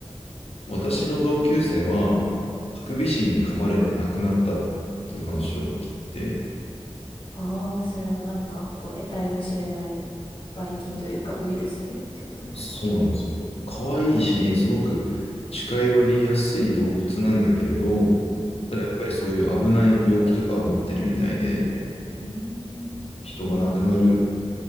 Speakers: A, on the left; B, on the left.
A: 私の同級生は、ハクビシンに噛まれて亡くなったっていう話を聞いて、
B: ああ、それはなんか、こう、得体の知れないばい菌というか、ウイルスでってことですか
A: そうなんですよ。可愛いし、すごく近寄りやすい動物なんだけれど、
B: うん。
A: ただやっぱりそういう危ない病気とか持ってるみたいで、
B: ええい
A: 人が亡くなる